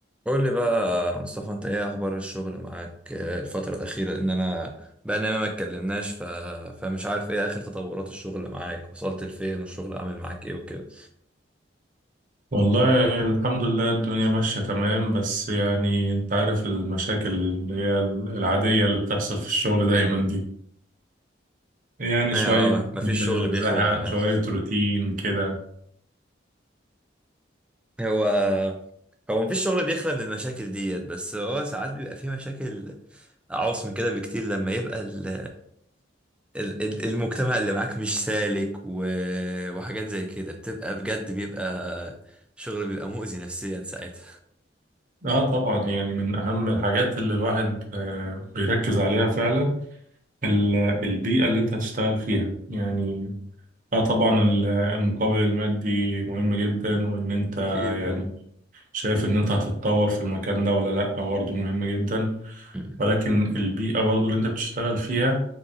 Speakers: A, in the centre; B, on the right.
A: قول لي بقى مصطفى انت ايه اخبار الشغل معاك آه، الفترة الأخيرة لأن انا بقى لنا ما اتكلمناش ف... فمش عارف ايه اخر تطورات الشغل معاك وصلت لفين والشغل عامل معاك ايه وكده
B: والله الحمد لله الدنيا ماشية تمام بس يعني انت عارف المشاكل اللي هي العادية اللي بتحصل في الشغل دايما دي يعني
A: هي
B: شوية
A: اه مفيش شغل بيخلى
B: زهق
A: منها
B: شوية روتين كده
A: <laughs> هو هو مفيش شغل بيخلى من المشاكل ديت بس هو ساعات بيبقى فيه مشاكل أعوص من كده بكتير لما يبقى ال... ال... ال- المجتمع اللي معاك مش سالك و... وحاجات زي كده بتبقى بجد بيبقى شغل بيبقى مؤذي نفسيا ساعتها
B: اه طبعا يعني من أهم الحاجات اللي الواحد آه، بيركز عليها فعلا ال- البيئة اللي انت هتشتغل فيها يعني اه طبعا ال- المقابل المادي مهم جدا وان انت
A: اكيد
B: يعني
A: اه
B: شايف ان انت هتتطور في المكان ده ولا لا برضه مهم جدا
A: مم.
B: ولكن البيئة برضه اللي انت بتشتغل فيها